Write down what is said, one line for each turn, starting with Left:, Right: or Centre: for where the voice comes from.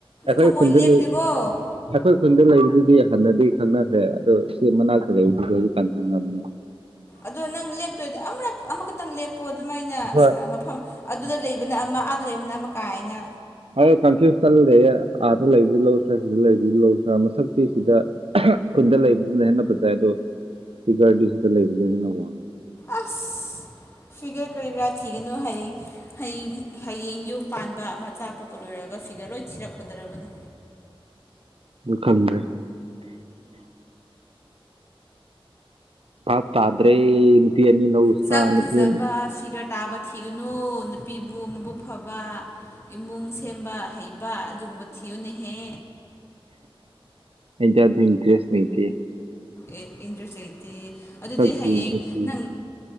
Right: ꯑꯩꯈꯣꯏ
Left: ꯊꯃꯣꯏ
Right: ꯈꯨꯟꯗ
Left: ꯂꯦꯞꯇꯦꯀꯣ
Right: ꯂꯩ ꯑꯩꯈꯣꯏ ꯈꯨꯟꯗ ꯂꯩꯕꯗꯨꯗꯤ ꯍꯥꯟꯟꯅꯅꯗꯤ ꯈꯪꯅꯈ꯭ꯔꯦ ꯑꯗꯣ ꯁꯤ ꯃꯅꯥꯛꯇ ꯂꯩꯕꯗꯨ ꯂꯗꯤ ꯀꯥꯟꯈꯪ ꯉꯝꯅꯤ
Left: ꯑꯗꯣ ꯅꯪ ꯂꯦꯞꯇꯣꯏꯗꯤ ꯑꯃ ꯑꯃꯈꯛꯇꯪ ꯂꯦꯞꯄꯣ ꯑꯗꯨꯃꯥꯏꯅ
Right: ꯍꯣꯏ
Left: ꯃꯐꯝ ꯑꯗꯨꯗ ꯂꯩꯕꯅ ꯑꯃ ꯑꯥꯗ ꯂꯩꯕꯅ ꯑꯃ ꯀꯥꯏꯅ
Right: ꯍꯣꯏ ꯀꯟꯐ꯭ꯌꯨꯁ ꯆꯜꯂꯦ ꯑꯥꯗ ꯂꯩꯕꯗꯤ ꯂꯧꯁꯤ꯭ꯔꯥ ꯁꯤꯗ ꯂꯩꯕꯗꯤ ꯂꯧꯗ꯭ꯔꯥ ꯃꯁꯛꯇꯤ ꯁꯤꯗ ꯈꯨꯟꯗ ꯂꯩꯕꯗꯨꯅ ꯍꯦꯟꯅ ꯐꯖꯩ ꯑꯗꯣ ꯐꯤꯒꯔꯇꯤ ꯁꯤꯗ ꯂꯩꯕꯗꯨꯅ ꯍꯦꯟꯅ ꯋꯥꯡꯉꯤ
Left: ꯑꯁ ꯐꯤꯒꯔ ꯀꯔꯤꯒꯔꯥ ꯊꯤꯒꯅꯨ ꯍꯌꯦꯡ ꯍꯌꯦꯡ ꯍꯌꯦꯡ ꯌꯨꯝ ꯄꯥꯟꯕ ꯃꯆꯥ ꯄꯣꯛꯄ ꯂꯣꯏꯔꯒ ꯐꯤꯒꯔ ꯂꯣꯏ ꯊꯤꯔꯛꯀꯗꯕꯅꯤ
Right: ꯈꯪꯗ꯭ꯔꯦ ꯄꯥ ꯇꯗ꯭ꯔꯦ ꯅꯨꯄꯤꯅꯤ ꯅꯧꯁ
Left: ꯁꯛ
Right: ꯅꯨꯄꯤꯅꯤ
Left: <unintelligible> ꯇꯥꯕ ꯊꯤꯒꯅꯨ ꯅꯨꯄꯤꯕꯨ ꯃꯕꯨꯛ ꯐꯕ ꯏꯃꯨꯡ ꯁꯦꯝꯕ ꯍꯩꯕ ꯑꯗꯨꯒꯨꯝꯕ ꯊꯤꯌꯨꯅꯍꯦ
Right: ꯑꯩꯖꯗ ꯏꯟꯇ꯭ꯔꯦꯁ ꯅꯇ
Left: ꯑꯦ ꯏꯟꯗ꯭ꯔꯦꯁ ꯂꯩꯇꯦ ꯑꯗꯨꯗꯤ
Right: ꯁꯛꯇ
Left: ꯍꯌꯦꯡ
Right: ꯏꯟꯇꯔꯦꯁ ꯂꯩ
Left: ꯅꯪ